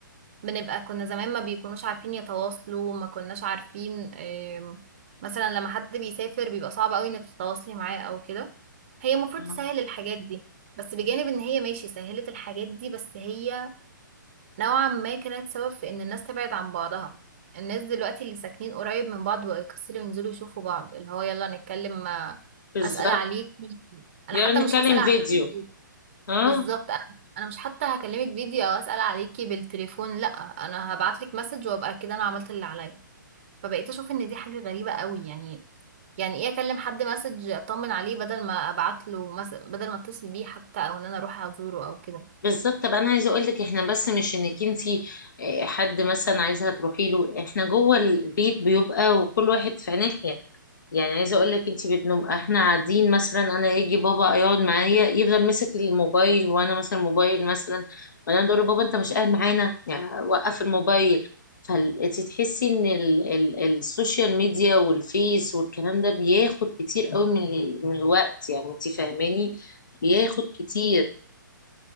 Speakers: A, on the right; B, on the left.
A: بنبقى كنا زمان ما بيكونوش عارفين يتواصلوا ما كناش عارفين آم، مثلا لما حد بيسافر بيبقى صعب قوي انك تتواصلي معاه او كده هي المفروض
B: آه،
A: تسهل الحاجات دي بس بجانب ان هي ماشي سهلت الحاجات دي بس هي نوعا ما كانت سبب في ان الناس تبعد عن بعضها الناس دلوقتي اللي ساكنين قريب من بعض بقوا يكسلوا ينزلوا يشوفوا بعض اللي هو يلا نتكلم آه،
B: بالظبط
A: اسال عليك انا
B: يلا
A: حتى مش
B: نتكلم
A: هسال عليكي
B: فيديو
A: بال-
B: اه
A: بالظبط انا أنا مش حتى هكلمك فيديو او اسال عليكي بالتليفون لا انا هبعت لك مسج وابقى كده انا عملت اللي عليا فبقيت اشوف ان دي حاجه غريبه قوي يعني يعني ايه اكلم حد مسج اطمن عليه بدل ما ابعت له مس... بدل ما اتصل بيه حتى او ان انا اروح ازوره او كده
B: بالظبط طب انا عايزه اقول لك احنا بس مش انك انتي آه، حد مثلا عايزها تروحي له احنا جوه البيت بيبقى وكل واحد في ناحيه يعني عايزه اقول لك انت بتنوم احنا قاعدين مثلا انا يجي بابا يقعد معايا يفضل ماسك الموبايل وانا مثلا موبايل مثلا وانا اقول له بابا انت مش قاعد معانا يعني وقف الموبايل فانت تحسي ان ال ال السوشيال ميديا والفيس والكلام ده بياخد كتير قوي من ال- من الوقت يعني انت فاهماني بياخد كتير